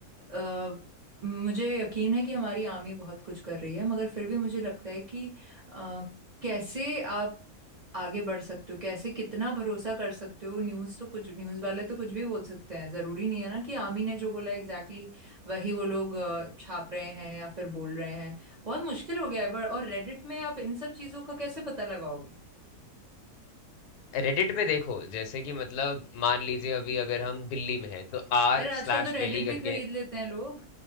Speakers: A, on the right; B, on the left.
A: अ, मुझे यकीन है कि हमारी आर्मी बहुत कुछ कर रही है मगर फिर भी मुझे लगता है कि अ, कैसे आप आगे बढ़ सकते हो कैसे कितना भरोसा कर सकते हो न्यूज़ तो कुछ न्यूज़ वाले तो कुछ भी बोल सकते हैं जरूरी नहीं है ना कि आमी ने जो बोला एग्जैक्टली exactly वही वो लोग अ, छाप रहे हैं या फिर बोल रहे हैं बहुत मुश्किल हो गया है पर और रेडिट में आप इन सब चीजों का कैसे पता लगाओगे
B: रेडिट में देखो जैसे कि मतलब मान लीजिए अभी अगर हम दिल्ली में हैं तो आर
A: यार आजकल
B: स्लैश
A: तो रेडिट
B: दिल्ली
A: भी
B: करके
A: खरीद लेते हैं लोग